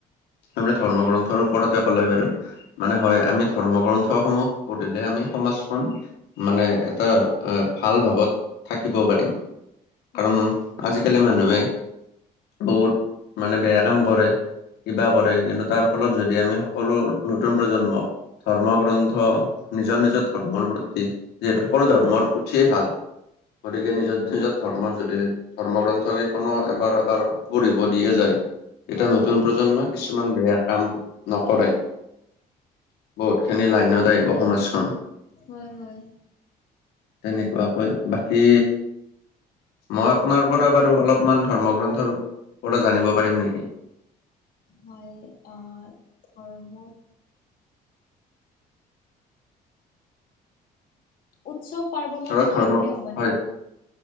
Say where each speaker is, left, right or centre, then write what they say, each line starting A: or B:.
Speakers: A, on the left; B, on the left.
A: আমি ধৰ্ম গ্ৰন্থৰ ওপৰতে ক'লে বাৰু মানে হয় আমি ধৰ্ম গ্ৰন্থসমূহ কৰিলে আমি সমাজখন মানে এটা এ ভাল ভাৱত থাকিব পাৰিম
B: হয়
A: কাৰণ আজিকালি মানুহে বহুত মানে বেয়া কাম কৰে কিবা কৰে কিন্তু তাৰ ফলত যদি আমি সকলো নতুন প্ৰজন্মক ধৰ্মগ্ৰন্থ নিজৰ নিজৰ ধৰ্মৰ প্ৰতি যিহেতু সকলো ধৰ্মৰ পুথিয়েই ভাল গতিকে নিজৰ নিজৰ ধৰ্ম যদি ধৰ্মগ্ৰন্থ কি খনো এবাৰ এবাৰ পঢ়িব দিয়ে যায় এতিয়া
B: হয়
A: নতুন
B: হয় হয়
A: প্ৰজন্মই কিছুমান বেয়া কাম নকৰে বহুত খিনি লাইনত আহিব সমাজখন
B: হয় হয়
A: তেনেকুৱাকৈ বাকী মই আপোনাৰ পৰা বাৰু অলপ ছুমান ধৰ্ম গ্ৰন্থৰ ওপৰত জানিব পাৰিম নিকি
B: হয় অ ধৰ্ম উৎসৱ পাৰ্বনৰৰ
A: ধৰক
B: বিষয়ে
A: ধৰ্ম
B: কলে হবনে
A: হয়